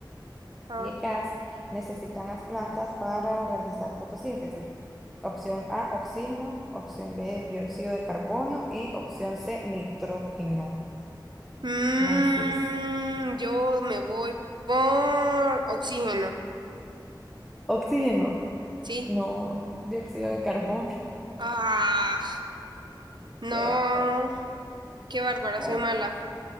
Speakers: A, on the right; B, in the centre.
A: Ajá.
B: ¿Qué gas necesitan las plantas para realizar fotosíntesis? Opción A, oxígeno. Opción B, dióxido de carbono. Y opción C, nitrógeno.
A: Mm,
B: Necis.
A: yo me voy por oxígeno,
B: Oxígeno.
A: ¿sí?
B: No, dióxido de carbono.
A: Ah, no,
B: <laughs> Cierto.
A: qué bárbara,
B: Ah,
A: soy mala.